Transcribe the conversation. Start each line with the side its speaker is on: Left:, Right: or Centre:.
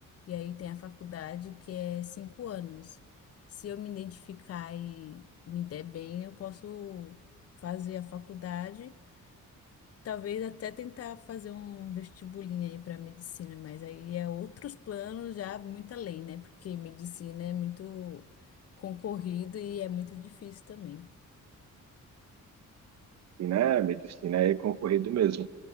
Left: E aí tem a faculdade que é cinco anos. Se eu me identificar e me der bem, eu posso fazer a faculdade, talvez até tentar fazer um vestibulinho aí para medicina, mas aí é outros planos já muito além, né? Porque medicina é muito concorrido e é muito difícil também.
Right: E né, medicina é concorrido mesmo.